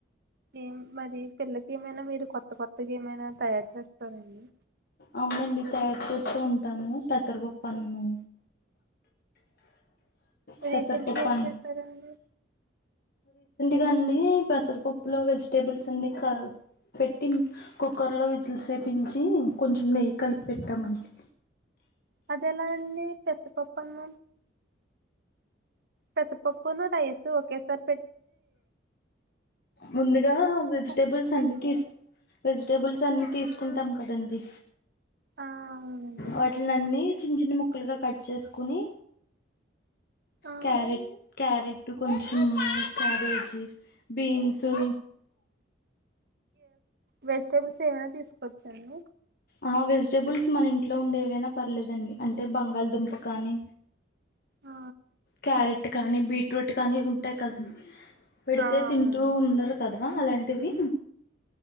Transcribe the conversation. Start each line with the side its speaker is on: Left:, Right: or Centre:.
Right: ఏం మరి పిల్లకి ఏమైనా మీరు కొత్త కొత్తగా ఏమైనా తయారు చేస్తారా అండి
Left: అవునండి తయారు చేస్తూ ఉంటాము పెసరపప్పు అన్నము పెసర
Right: రీసెంట్గా
Left: పప్పు
Right: ఏం
Left: అన్నం
Right: చేశారండి
Left: గా అండి పెసరపప్పు లో వెజిటేబుల్స్ అన్ని కలిపి పెట్టి కుక్కర్ లో విజిల్ సేపించి కొంచెం నెయ్యి కల్పెట్టమంటి
Right: అది ఎలా అండి పెసరపప్పన్నం పెసరపప్పును రైస్ ఓకే సారీ
Left: ముందుగా వెజిటేబుల్స్
Right: కుక్ చేసేయడం
Left: అన్ని తీసు
Right: అండి
Left: వెజిటేబుల్స్ అన్ని తీసు కుంటాం కదండి
Right: ఆ అవునండి
Left: వాటిలనన్ని చిన్న చిన్న ముక్కలుగా కట్ చేసుకుని
Right: ఆ
Left: క్యారెట్ క్యారెట్ కొంచెం క్యాబేజీ బీన్సు
Right: వెజిటెబుల్స్ ఏమైనా తీసుకోవచ్చా అండి
Left: ఆ వెజిటేబుల్స్ మన ఇంట్లో ఉండే ఏవైనా పర్లేదండి అంటే బం లదుంప కానీ
Right: ఆ
Left: క్యారెట్ కానీ బీట్ రూట్ కానీ ఉంటాయి కదండి పెడితే
Right: ఆ అవును
Left: తింటూ ఉండరు కదా అ అలాంటివి